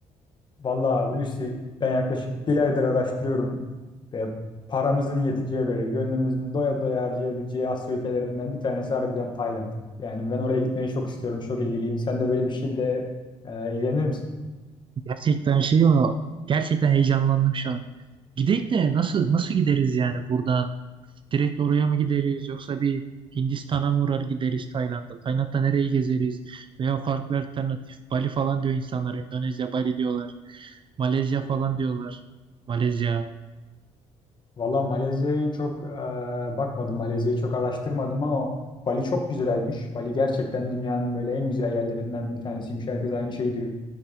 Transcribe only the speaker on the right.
Gerçekten şey ama gerçekten heyecanlandım şu an. Gidelim de nasıl nasıl gideriz yani buradan? Direkt oraya mı gideriz yoksa bir Hindistan'a mı uğrar gideriz Tayland'da? Tayland'da nereyi gezeriz? Veya farklı alternatif Bali falan diyor insanlar. Endonezya, Bali diyorlar. Malezya falan diyorlar. Malezya.